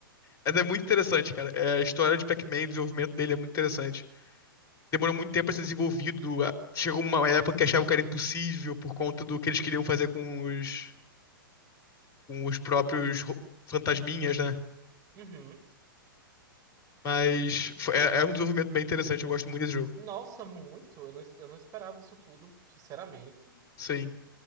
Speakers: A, on the left; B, on the right.
A: é muito interessante, cara. É, a história de Pac-Man, o desenvolvimento dele é muito interessante. Demorou muito tempo pra ser desenvolvido. Chegou uma época que achavam que era impossível por conta do que eles queriam fazer com os, com os próprios fantasminhas, né?
B: Uhum.
A: Mas foi- é, é um desenvolvimento bem interessante. Eu gosto muito desse jogo.
B: Nossa, muito. Eu não, eu não esperava isso tudo, sinceramente.
A: Sim.